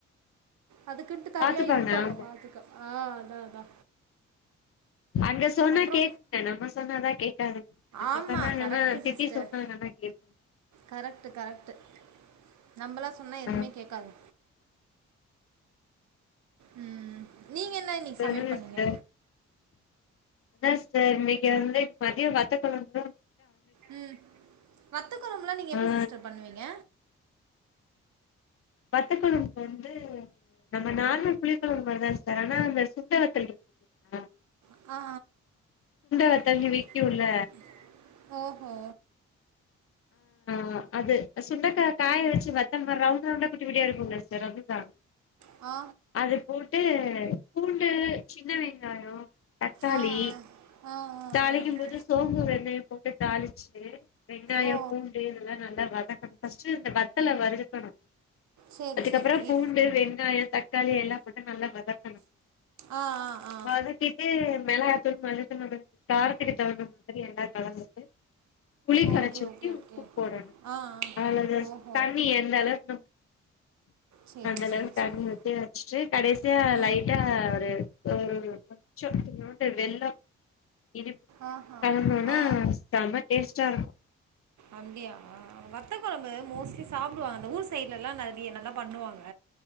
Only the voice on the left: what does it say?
பாத்துப்பாங்க
ஆமா
அங்க சொன்னா
கேக்குதுங்க நம்ப சொன்னாதா கேக்காதுங்க அங்க
சொன்னாங்கன்னா
திட்டி
சொன்னாங்கன்னா கேக்குங்க
ஆமா
சொல்லுங்க
சிஸ்டர் அத்தா சிஸ்டர் இன்னைக்கு வந்து மதியோ வத்த கொழம்பும்
ஆ
வத்தக்கொழம்பு வந்து நம்ப நார்மல் புளி கொழம்பு மாறிதா சிஸ்டர் ஆனா அந்த சுண்ட வத்தல் இருக்கு இல்லீங்களா
வத்தல்னு
விக்குல்ல
ஆ அது சுண்டக்கா காய வச்சு வத்தல் ரவுண்ட் ரவுண்டா குட்டி குட்டியா இருக்கும்ல சிஸ்டர் அதுதா
அது போட்டு பூண்டு சின்ன வெங்காயோ தக்காளி
தாளிக்கும்
போது சோம்பு வெங்காயோ போட்டு தாளிச்சுட்டு வெங்காயம்
பூண்டு எல்லா நல்லா வதக்கணு ஃபர்ஸ்ட்டு இந்த வத வத்தல வருக்கணு
அதுக்கப்புறோ
பூண்டு வெங்காயம் தக் காளி எல்லா போட்டு நல்லா வதக்கணு
வதக்கி டு மெளகாத்தூள் மஞ்சதூள் நம்ம காரத்துக்கு தகுந்த மாரி எல்லா கலந்துட்டு புளி கரச்சி
ஊத்தி
உப்பு போடணு
அ அதுல
தண்ணி எந்தளவு நம்ம
அந்த அளவுக்கு
தண்ணி
ஊத்தி வச்சுட்டு கடைசியா
லைட்டா ஒரு ம் கொஞ்ச்சோ இத்துணூண்டு வெள்ளம் இனிப்பு
கலந்தோனா
செம டேஸ்ட்டா இருக்கு